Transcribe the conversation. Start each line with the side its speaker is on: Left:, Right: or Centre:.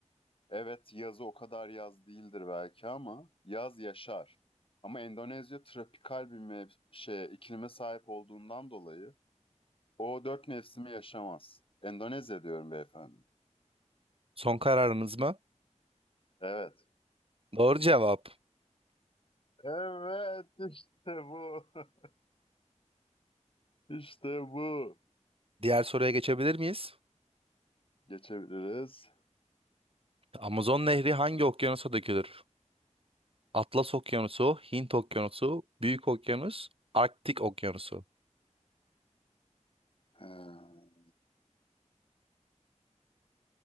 Left: Evet, yazı o kadar yaz değildir belki ama yaz yaşar. Ama Endonezya tropikal bir mev- şeye, iklime sahip olduğundan dolayı O dört mevsimi yaşamaz. Endonezya diyorum beyefendi.
Right: Son kararınız mı?
Left: Evet.
Right: Doğru cevap.
Left: Evet, işte bu. <laughs> İşte bu.
Right: Diğer soruya geçebilir miyiz?
Left: Geçebiliriz.
Right: Amazon Nehri hangi okyanusa dökülür? Atlas Okyanusu, Hint Okyanusu, Büyük Okyanus, Arktik Okyanusu.
Left: Ee,